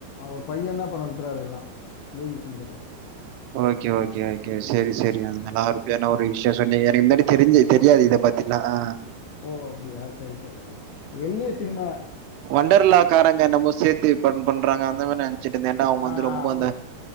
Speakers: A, on the left; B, on the right.
A: அவர் பையன் தா இப்ப நடத்துறாரு எல்லா லூயிஸ்ங்கறவர்
B: ஓகே ஓகே ஓகே செரி செரி
A: ஆஹ்
B: நல்லா அருமையான ஒரு விஷயம் சொன்னீங்க <unintelligible> தெரிஞ்சு தெரியாது இத பத்திலா ஆ
A: ஓ அப்டியா செரி செரி செரி எல் ஏ சினிமா
B: ஒண்டர்
A: ஆ
B: லா க்காரங்க நம்ம சேத்து ஃபன் பண்றாங்க அந்த மாரி நெனச்சுட்டுருந்த எண்ட அவங்க
A: ஆ
B: வந்து ரொம்ப
A: அப்படி
B: அந்த